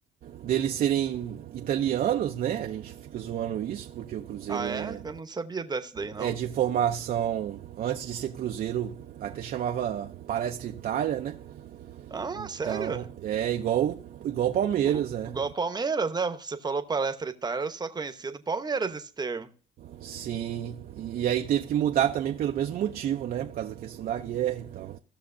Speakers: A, on the right; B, on the right.
A: deles serem italianos, né? A gente fica zoando isso, porque o Cruzeiro
B: Ah, é?
A: é
B: Eu não sabia dessa daí, não.
A: é de formação antes de ser Cruzeiro, até chamava Palestra Itália, né?
B: Ah,
A: Então,
B: sério?
A: é igual igual Palmeiras,
B: O,
A: né?
B: igual o Palmeiras, né? Você falou palestra Itália, eu só conhecia do Palmeiras esse termo.
A: Sim. E aí teve que mudar também pelo mesmo motivo, né? Por causa da questão da guerra e tal.